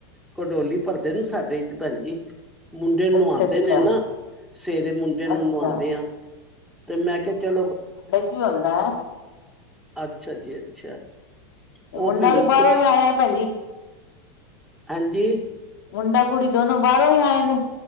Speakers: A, in the centre; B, on the left (about 70°).
A: ਕਡੋਲੀ ਭਰਦੇ ਨੇ ਸਾਡੇ ਏ ਚ ਭੈਨ ਜੀ। ਮੁੰਡੇ ਨੂੰ
B: ਅੱਛਾ-ਅੱਛਾ,
A: ਨਵਾਂਦੇ ਨੇ ਨਾ, ਸਵੇਰੇ ਮੁੰਡੇ ਨੂੰ
B: ਅੱਛਾ।
A: ਨਵਾਂਦੇ ਆਂ। ਤੇ ਮੈਂ ਕਿਆ ਚਲੋ
B: ਚੁਆਂਦਾ
A: ਅੱਛਾ ਜੀ ਅੱਛਾ।
B: ਤੇ
A: ਉਹ
B: ਮੁੰਡਾ
A: ਫਿਰ ਹੁਣ
B: ਵੀ ਬਾਰੋਂ ਈ ਆਏਐ ਭੈਨਜੀ।
A: ਹਾਂਜੀ।
B: ਮੁੰਡਾ ਕੁੜੀ ਦੋਨੋ ਬਾਰੋਂ ਈ ਆਏ ਨੇ।